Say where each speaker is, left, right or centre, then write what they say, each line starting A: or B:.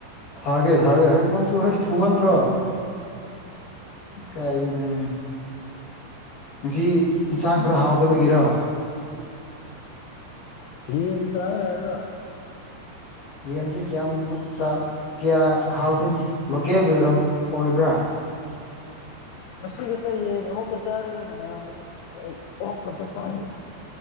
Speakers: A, on the left; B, on the left.
A: ꯊꯥꯒꯦ ꯊꯥꯒꯦ ꯍꯁ ꯅꯪꯁꯨ ꯍꯁ ꯊꯨꯃꯟꯗ꯭ꯔꯣ ꯀꯥꯏꯗ ꯅꯃꯤ ꯉꯁꯤ ꯏꯟꯁꯥꯡ ꯈꯔ ꯍꯥꯎꯗꯕꯒꯤꯔꯣ
B: ꯌꯦꯟ ꯆꯔ ꯍꯥꯏꯜ
A: ꯌꯦꯟꯁꯦ ꯀꯌꯥꯃꯨꯛ ꯆꯥ ꯀꯌꯥ ꯍꯥꯎꯇꯦꯅꯦ ꯂꯣꯀꯦꯜꯒꯤ ꯑꯣꯏꯔꯝ ꯑꯣꯏꯕ꯭ꯔꯥ
B: <unintelligible> ꯑꯣꯀ ꯀ ꯆꯥꯡ